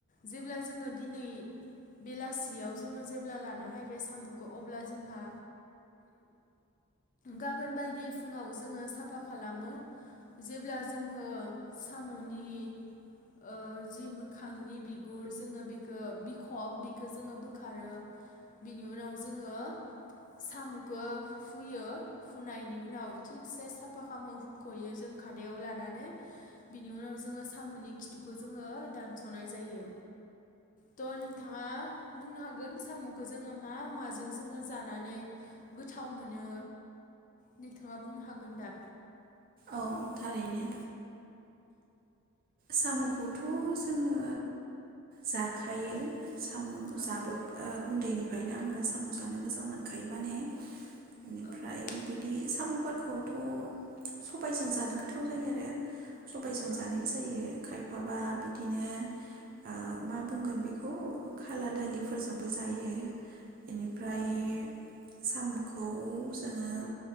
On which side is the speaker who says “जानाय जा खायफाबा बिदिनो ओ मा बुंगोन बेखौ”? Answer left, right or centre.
Right